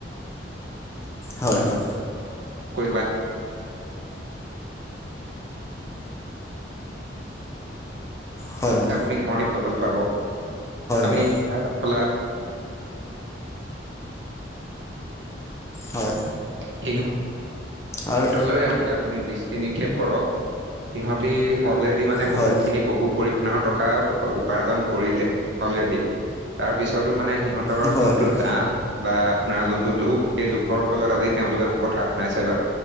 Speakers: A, on the left (about 15°); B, on the right (about 80°).
A: হয় হয়।
B: কৰিবা
A: হয় হয়।
B: আপুনি মই এই ফল পাব, আপুনি
A: হয়
B: খাই পাতফলা
A: হয়।
B: কিহ
A: আৰু
B: তলৈ এতিয়া আপুনি দৃষ্টি নিক্ষেপ কৰক, সিহঁতি অলে সিহঁতি মানে
A: হয়
B: বহুখিনি বহু পৰিমাণৰ টকা উ - উপাৰ্জন কৰিলে অলৰেডি, তাৰ পিছতো মানে সিহঁত টৰ
A: হয়
B: যোনটো
A: হয় হয়
B: দাহ বা আপোনাৰ যোনটো লোভ সেই লোভৰ ফলত আজি তেওঁলোকে মোক কথা শুনাইছে বা